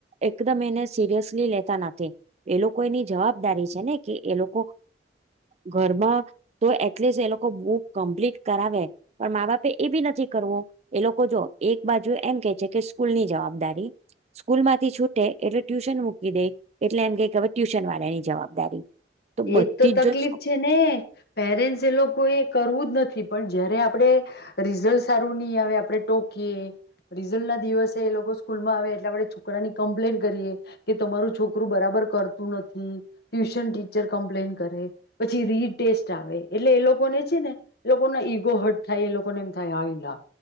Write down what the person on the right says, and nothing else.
એકદમ એને સિરિયસલી લેતા નથી એ લોકો એની જવાબદારી છે ને કે એ લોકો ઘરમાં તો એટલીસ્ટ એ લોકો બુક કમ્પ્લીટ કરાવે પણ મા બાપે એ બી નથી કરવું એ લોકો જો એક બાજુ એમ કે છે કે સ્કૂલની જવાબદારી સ્કૂલ માંથી છૂટે એટલે ટ્યુશન મૂકી દેય એટલે એમ કેય કે હવે ટ્યુશન વાળાની જવાબદારી. બધી
જ જો